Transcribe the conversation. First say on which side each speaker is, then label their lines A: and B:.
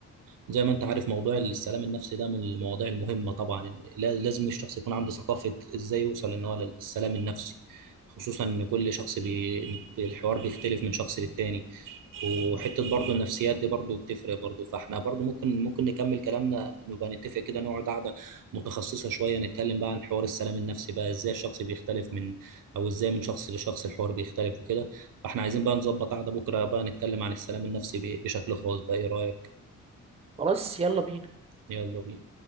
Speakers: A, on the right (about 70°); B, on the right (about 20°).
A: زي ما انت عارف موضوع السلام النفسي ده من المواضيع المهمة طبعا لا- لازم الشخص يكون عنده ثقافة ازاي يوصل ان هو للسلام النفسي خصوصا ان كل شخص بي... الحوار بيختلف من شخص للتاني وحتة برضو النفسيات دي برضو بتفرق برضو فاحنا برضو ممكن ممكن نكمل كلامنا نبقى نتفق كده نقعد قعدة متخصصة شوية نتكلم بقى عن حوار السلام النفسي بقى ازاي الشخص بيختلف من او ازاي من شخص لشخص الحوار بيختلف وكده فاحنا عايزين بقى نظبط قعدة بكرة بقى نتكلم عن السلام النفسي ب- بشكل خاص بقى ايه رأيك
B: خلاص يلا بينا
A: يلا بينا